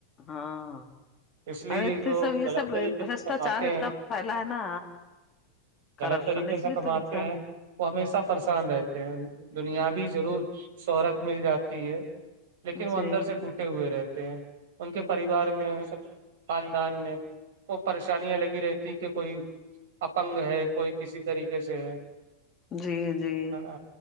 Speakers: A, on the left (about 30°); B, on the right (about 55°).
A: ہاں
B: اس لیے
A: ارے
B: یہ جو
A: سب
B: غلط
A: سب
B: طریقے
A: بشٹاچار
B: سے کماتے
A: ہے
B: ہیں
A: پھیلا ہے نا
B: غلط
A: کرپشن
B: طریقے
A: اس
B: سے
A: لیے
B: کماتے
A: تو انسان
B: ہیں وہ ہمیشہ پریشان رہتے ہیں دنیا بھیی ضرور شہرت مل جاتی ہے لیکن وہ
A: جی
B: اندر سے ٹوٹے ہوئے رہتے ہیں ان کے پریوار میں سب خاندان میں وہ پریشانیاں لگی رہتی کہ کوئی اپنگ ہے کوئی کسی طریقے سے ہے
A: جی جی
B: ہے نا